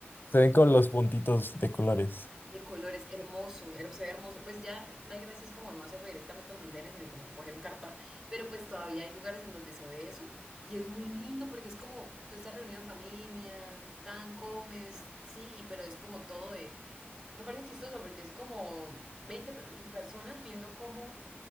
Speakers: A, on the left; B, on the right.
A: Se ven con los puntitos de colores.
B: de colores, hermoso, her- se ve hermoso. Pues ya la gracia es como no hacerlo directamente a los andenes, sino como coger un cartón. Pero pues todavía hay lugares en donde se ve eso y es muy lindo porque es como tú estás reunido en familia, tan comes, sí, y- pero es como todo de... Me parece chistoso porque es como 20 per- personas viendo cómo